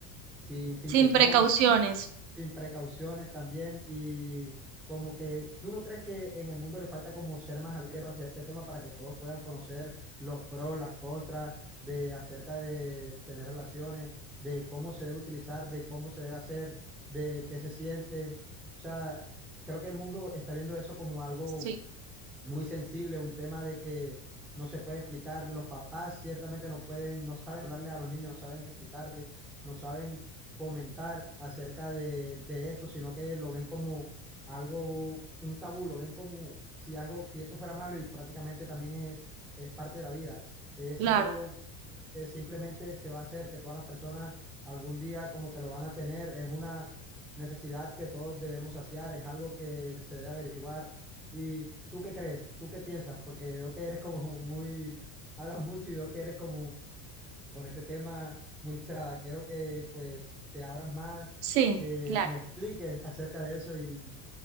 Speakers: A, in the centre; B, on the right.
A: sin, sin
B: sin
A: temor
B: precauciones.
A: sin precauciones también y como que tú no crees que en el mundo le falta como ser más abierto hacia este tema para que todos puedan conocer los pros, las contras de acerca de tener relaciones, de cómo se debe utilizar, de cómo se debe hacer, de qué se siente. O sea, creo que el mundo está viendo eso como algo
B: Sí,
A: muy sensible, un tema de que no se puede explicar, los papás ciertamente no pueden, no saben hablarles a los niños, no saben explicarles, no saben comentar acerca de, de esto, sino que lo ven como algo, un tabú, lo ven como si algo, si eso fuera malo y prácticamente también es, es parte de la vida, es
B: claro,
A: algo que simplemente se va a hacer, que todas las personas algún día como que lo van a tener, es una necesidad que todos debemos saciar, es algo que se debe averiguar. ¿Y tú qué crees? ¿Tú qué piensas? Porque veo que eres como <laughs> muy, hablas mucho y veo que eres como con este tema muy cerrada. Quiero que pues te abras más,
B: sí,
A: que
B: claro.
A: me expliques acerca de eso y,